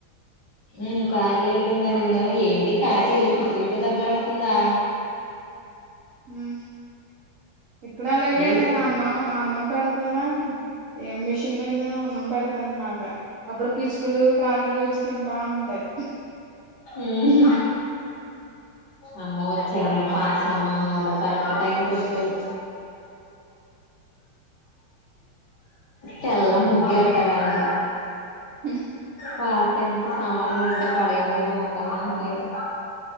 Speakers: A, on the left; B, on the right.
A: ఉమ్ కాకి లేస్ ందా నిన్ను ఏంటి కాక వెళ్ళి పిచ్చుకులతో దెబ్బలు ఆడుతుందా?
B: ఊహు ఇక్కడ అలాగే
A: లేదు
B: నేను అన్నం అన్నం పెడతానా ఏం మిషన్ మీద అన్నం పెడతాను అన్నమాట అప్పుడు పిచుకులు కాకులు వచ్చి తింటా ఉంటాయ్
A: ఊ హు అమ్మో వచ్చాడమ్మ పాతసామల్నోడా కరెక్ట్ టైంకి వచ్చాడు తెల్ల ముగ్గు ఏత్తాడంట
B: హ
A: పాత ఇన్ప సామాన్లు ఉంటే పడెయ్యండి నా మొఖాన అంట్నాడు